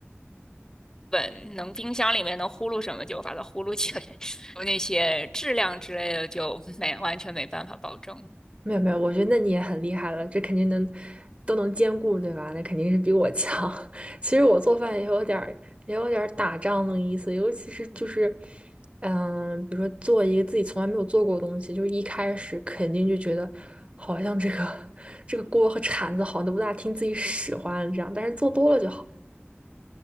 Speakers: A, on the left; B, on the right.
A: 本能冰箱里面能呼噜什么就把它呼噜起来，<laughs> 那些质量之类的就没完全没办法保证。
B: <laughs> 没有没有，我觉得那你也很厉害了，这肯定能都能兼顾，对吧？那肯定是比我强。<laughs> 其实我做饭也有点儿也有点儿打仗的意思，尤其是就是，嗯，比如说做一个自己从来没有做过的东西，就是一开始肯定就觉得好像这个 <laughs> 这个锅和铲子好像都不大听自己使唤这样，但是做多了就好。